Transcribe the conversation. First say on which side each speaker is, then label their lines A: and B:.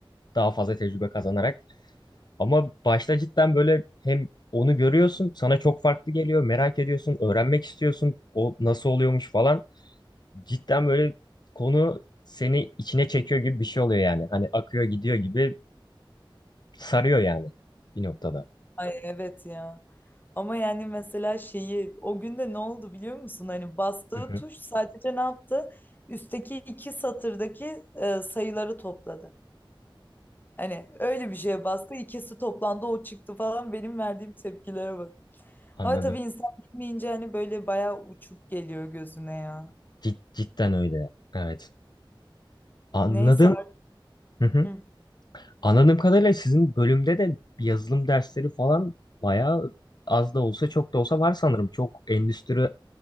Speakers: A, on the left; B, on the left.
A: daha fazla tecrübe kazanarak. Ama başta cidden böyle hem onu görüyorsun, sana çok farklı geliyor, merak ediyorsun, öğrenmek istiyorsun, o nasıl oluyormuş falan. Cidden böyle konu seni içine çekiyor gibi bir şey oluyor yani. Hani akıyor gidiyor gibi Sarıyor yani bir noktada.
B: Ay evet ya. Ama yani mesela şeyi o günde ne oldu biliyor musun? Hani bastığı
A: Hı hı.
B: tuş sadece ne yaptı? Üstteki iki satırdaki e, sayıları topladı. Hani öyle bir şeye bastı. ikisi toplandı o çıktı falan. Benim verdiğim tepkilere bak.
A: Anladım.
B: Ama tabii insan bilmeyince hani böyle bayağı uçuk geliyor gözüne ya.
A: Cid- cidden öyle. Evet. Anladım.
B: Neyse artık.
A: Hı hı.
B: Hı.
A: Anladığım kadarıyla sizin bölümde de yazılım dersleri falan bayağı az da olsa çok da olsa var sanırım. Çok endüstride